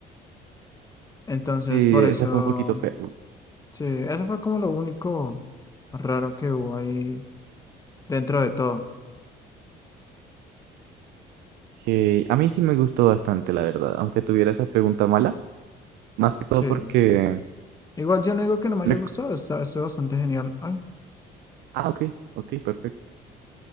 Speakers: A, on the left (about 20°); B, on the right (about 80°).
A: Entonces,
B: Sí,
A: por
B: esa
A: eso.
B: fue un poquito fea.
A: Sí, eso fue como lo único raro que hubo ahí dentro de todo.
B: Que a mí sí me gustó bastante, la verdad, aunque tuviera esa pregunta mala, más que todo
A: Sí.
B: porque...
A: Igual yo no digo que no me haya
B: rec-
A: gustado, está, estuvo bastante genial. Ay,
B: Ah, ok, ok, perfecto.